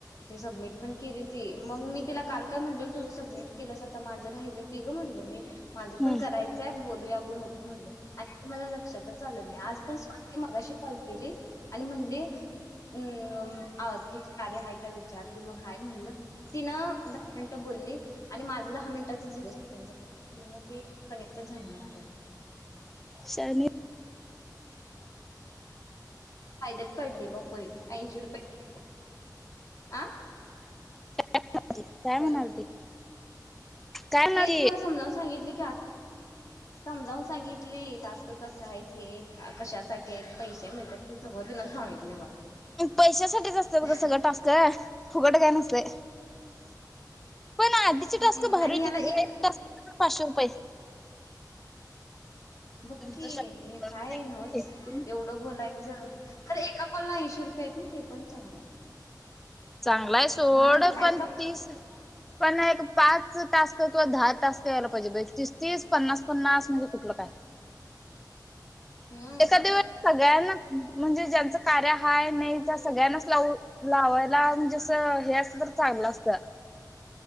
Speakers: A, on the left; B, in the centre.
A: ते सबमिट पण केली त मग मी तिला काल काय म्ह तुझं सबमिट केल्यास आता माझं लं ग म्हणलं मी माझं
B: हम्म
A: पण करायचंय बोलूया आपण होतं म्हणल आणि मला लक्षातच आलं नाही आज पण स्वती मगाशी कॉल केली आणि म्हणली हम्म आ तू काे हय काय विचारली मग हाय म्हणलं तिनं दहा मिनटं बोलली आणि माझ दहा मिनटाच झिरो सेकड झालं मला ते कनेक्टेड झाले ना माझ्यात
B: शनी
A: फाद्यात पडली बग पोरगी ऐंशी रुपये आ
B: य म्हणा काय
A: हॅलो
B: म्हणाल ते काय म्हणाल
A: तेच
B: ते
A: मला समजून सांगितले समजावून सांगितले टास्क कस आहे हे कशासाठी आहेत पैसे मिळतात ते सगळं तिन सांगितले मला
B: पैशासाठीच असतात ग सगळं टास्क फुकट काय नसतंय पण आधीचे
A: हम्म
B: टस्क भर
A: आणि
B: होती
A: ह्याला
B: एक ट पाचशे रुपये
A: बक्की
B: तुमचं शब्द
A: हे काय आहे नच एवढं बोलायचं खरं एका कोलला ऐशी रुपये ना हे पण चांगलं
B: चांगला आहे सोड
A: दहा मिनट काय
B: पण
A: का
B: तीस पण एक पाच तास्क किंवा दहा ताास यायला पाहिजे ब तीस पन्नास पन्नास म्हणजे कुठलं काय <inaudible>
A: हम्म
B: एखाद्या वेळेस सगळ्यांना म्हणजे ज्यांचं कार्या हाय नाही त्या सगळ्यांनाच लाव लावायला म्हणजे असं हे असतं तर चाललं असतं.